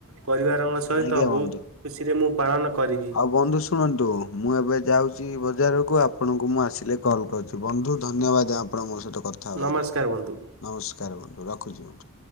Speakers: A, on the right; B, on the left.
A: ପରିବାରଙ୍କ ସହିତ
B: ଆଜ୍ଞା
A: ବହୁତ
B: ବନ୍ଧୁ।
A: ଖୁସିରେ ମୁଁ ପାଳନ କରିବି।
B: ଆଉ ବନ୍ଧୁ ଶୁଣନ୍ତୁ ମୁଁ ଏବେ ଯାଉଛି ବଜାରକୁ ଆପଣଙ୍କୁ ମୁଁ ଆସିଲେ କଲ୍ କରିଛି ବନ୍ଧୁ ଧନ୍ୟବାଦ ଆପଣ ମୋ ସହ ଗୋଟ କଥା ହବାରୁ
A: ନମସ୍କାର ବନ୍ଧୁ।
B: ନମସ୍କାର ବନ୍ଧୁ ରଖୁଛି ବନ୍ଧୁ।